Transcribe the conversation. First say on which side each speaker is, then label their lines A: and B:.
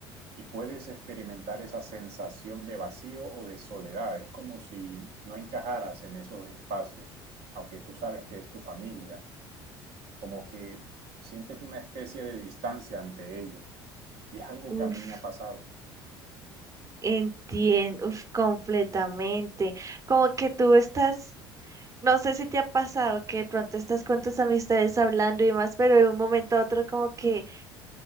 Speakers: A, on the right; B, on the right.
A: y puedes experimentar esa sensación de vacío o de soledad. Es como si no encajaras en esos espacios, aunque tú sabes que es tu familia, como que sientes una especie de distancia ante ellos. Y es algo
B: Uf,
A: que a mí me ha pasado.
B: entiendo, uf, completamente. Como que tú estás, no sé si te ha pasado que de pronto estás con tus amistades hablando y más, pero de un momento a otro como que